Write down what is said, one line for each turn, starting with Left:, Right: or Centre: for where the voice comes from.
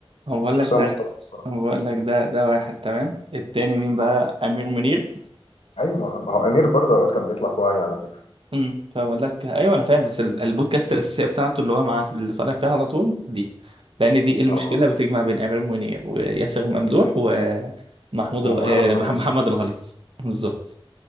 Right: هو بقول
Left: شخصيه
Right: لك ده
Left: محترمه الصراحه
Right: هو بقول لك ده ده واحد تمام التاني مين بقى امير منير
Left: ايوه ما ما هو امير برضه اوقات كان بيطلع في وعي على فكره
Right: امم فاقول لك ايوه انا فاهم بس ال- البودكاست الاساسيه بتاعته اللي هو مع في اللي طالع فيها على طول دي لان دي إيه المشكله
Left: اه
Right: بتجمع بين امير منير وياسر ممدوح ومحمود
Left: ومحمد
Right: الغ... آه،
Left: الغليظ
Right: مح- محمد الغليظ بالظبط